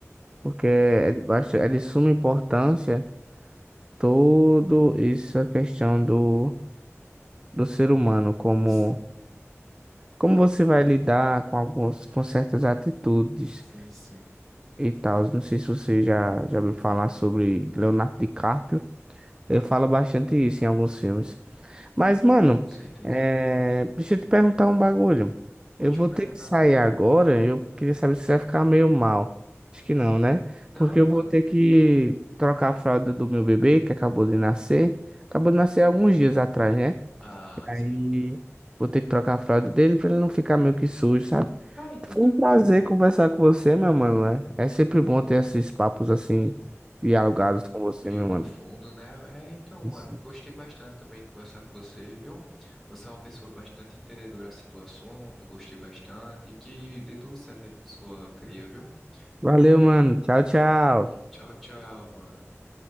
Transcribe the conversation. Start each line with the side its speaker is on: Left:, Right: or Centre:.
Right: Porque é,
Centre: É.
Right: de bast- é de suma importância todo isso, a questão do, do ser humano como.
Centre: Sim,
Right: Como você vai lidar com alguns, com certas atitudes
Centre: sim, sim. Com
Right: e tal? Não sei se você já, já ouviu falar sobre Leonardo DiCaprio. Ele fala bastante isso em alguns filmes. Mas, mano,
Centre: certeza.
Right: é... deixa eu te perguntar um bagulho.
Centre: Pode
Right: Eu vou
Centre: perguntar,
Right: ter que sair
Centre: mano.
Right: agora. Eu queria saber se você vai ficar meio mal. Acho que não, né?
Centre: Não,
Right: Porque
Centre: mano.
Right: eu vou ter que trocar a fralda do meu bebê, que acabou de nascer. Acabou de nascer alguns dias atrás, né?
Centre: Ah,
Right: Aí
Centre: sei.
Right: vou ter que trocar a fralda dele pra ele não ficar meio que sujo, sabe?
Centre: Ai, tô
Right: Foi
Centre: tranquilo.
Right: um prazer conversar com você, meu mano. né? É sempre bom ter esses papos assim, dialogados com você,
Centre: meio
Right: meu
Centre: profundo,
Right: mano.
Centre: né? É, então,
Right: Isso.
Centre: mano, gostei bastante também de conversar com você, viu? Você é uma pessoa bastante entendedora assim do assunto, gostei bastante. e Que dê tudo certo aí com sua cria, viu?
Right: Valeu,
Centre: É,
Right: mano. Tchau, tchau.
Centre: tchau, tchau, mano.